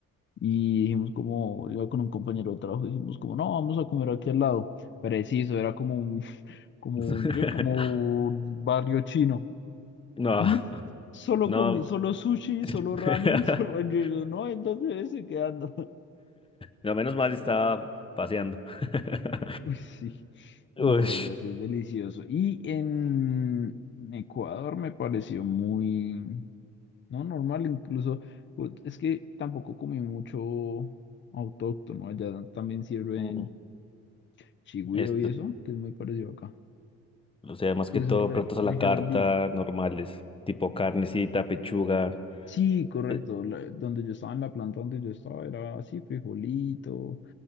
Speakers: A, on the left (about 40°); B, on the left (about 20°).
A: y dijimos como, iba con un compañero de trabajo, dijimos como, no, vamos a comer aquí al lado. Preciso, era como un, <laughs> como
B: <laughs>
A: un, ¿qué? Como un barrio chino.
B: No,
A: <laughs> solo
B: no.
A: comí, solo sushi, solo
B: <laughs>
A: ramen, <laughs> solo yo, yo, no, entonces dónde quedando.
B: No, menos mal estaba paseando. <laughs>
A: <laughs> Uy, sí. No,
B: Uy,
A: pero allá sí es delicioso. Y en Ecuador me pareció muy, no, normal, incluso, pues, es que tampoco comí mucho autóctono, allá también sirven
B: no,
A: chigüiro
B: esto,
A: y eso, que es muy parecido acá,
B: o sea, más
A: que
B: que
A: eso
B: todo,
A: es re-
B: platos a
A: región
B: la carta,
A: andina.
B: normales, tipo carnecita, pechuga.
A: Sí, correcto,
B: eh,
A: la- donde yo estaba en la planta donde yo estaba era así, frijolito,